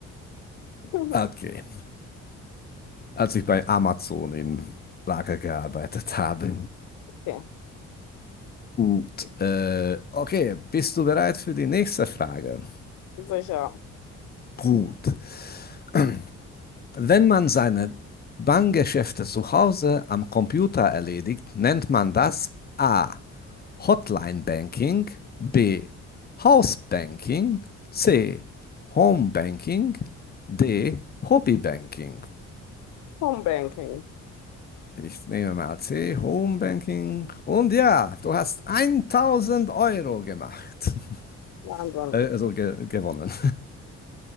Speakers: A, on the left; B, on the left.
A: <laughs>
B: Okay, als ich bei Amazon im Lager gearbeitet habe.
A: Okay,
B: Gut, äh, okay, bist du bereit für die nächste Frage?
A: sicher.
B: Gut. <clears throat> Wenn man seine Bankgeschäfte zu Hause am Computer erledigt, nennt man das A. Hotline Banking, B. House Banking, C. Home Banking, D. Hobby Banking.
A: Homebanking.
B: Ich nehme mal C, Home Banking. Und ja, du hast 1000 Euro gemacht. <laughs>
A: Wahnsinn.
B: Äh, also ge gewonnen.